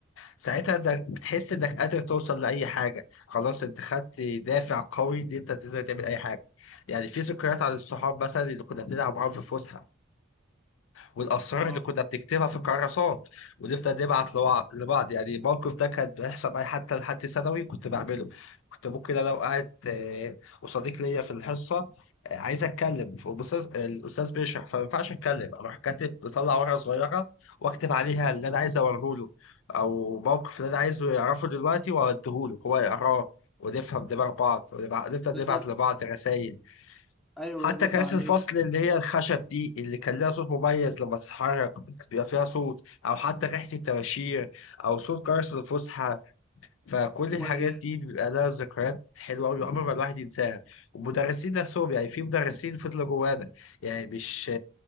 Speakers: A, on the left; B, in the centre.
A: ساعتها انك بتحس انك قادر توصل لاي حاجه خلاص انت خدت دافع قوي ان انت تقدر تعمل اي حاجه يعني في ذكريات عن الصحاب مثلا اللي كنا بنلعب معاهم في الفسحه والاسرار
B: اه
A: اللي كنا بنكتبها في الكراسات ونفضل نبعت لوع- لبعض يعني الموقف ده كان بيحصل معايا حتى لحد ثانوي كنت بعمله كنت ممكن انا وقعت آه، وصديق ليا في الحصه آه، عايز اتكلم والاستاذ الاستاذ بيشرح فما ينفعش اتكلم اروح كاتب بطلع ورقه صغيره واكتب عليها اللي انا عايز اوريه له او موقف اللي انا عايزه يعرفه دلوقتي واديهوله هو يقراه ونفهم دماغ بعض ونبع- نفضل
B: بالظبط
A: نبعت لبعض رسائل
B: ايوه
A: حتى
B: يرد
A: كراسي
B: عليك
A: الفصل اللي هي الخشب دي اللي كان لها صوت مميز لما تتحرك بيبقى فيها صوت او حتى ريحة الطباشير او صوت جرس الفسحة فكل
B: واكيد
A: الحاجات دي بيبقى لها ذكريات حلوة أوي عمر ما الواحد ينساها والمدرسين نفسهم يعني في مدرسين فضلوا جوانا يعني مش